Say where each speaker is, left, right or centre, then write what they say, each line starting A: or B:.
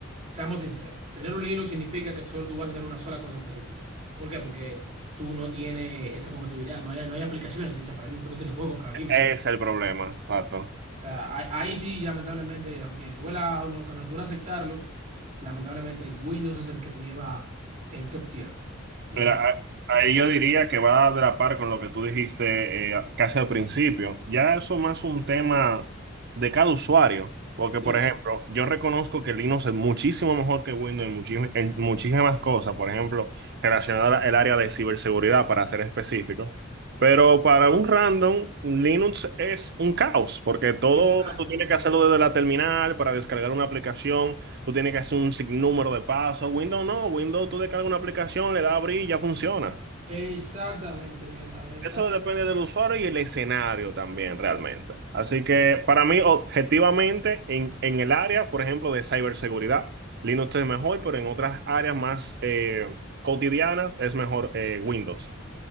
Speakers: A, on the right; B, on the right.
A: seamos sinceros, tener un Linux significa que solo tú vas a hacer una sola cosa específica. ¿Por qué? Porque tú no tienes esa compatibilidad, no hay, no hay aplicaciones hechas para Linux, tú no tienes juegos para Linux.
B: Ese es el problema. Exacto.
A: O sea, ahí, ahí sí, lamentablemente, aunque duela o no, que nos duela aceptarlo, lamentablemente Windows es el que se lleva el top tier. Y
B: Mira,
A: el
B: a- ahí yo diría que va de la par con lo que tú dijiste eh, casi al principio. Ya eso más un tema de cada usuario, porque
A: Sí,
B: por ejemplo, yo reconozco que Linux es muchísimo mejor que Windows en, muchi- en muchísimas cosas, por ejemplo, relacionada al área de ciberseguridad, para ser específico. Pero para un random, Linux es un caos, porque todo
A: exactamente.
B: tú tienes que hacerlo desde la terminal para descargar una aplicación. Tú tienes que hacer un sinnúmero de pasos. Windows no, Windows tú descargas una aplicación, le das a abrir y ya funciona.
A: Exactamente, mi hermano, exactamente.
B: Eso depende del usuario y el escenario también realmente. Así que para mí, objetivamente, en, en el área, por ejemplo, de ciberseguridad, Linux es mejor, pero en otras áreas más eh, cotidianas es mejor eh, Windows.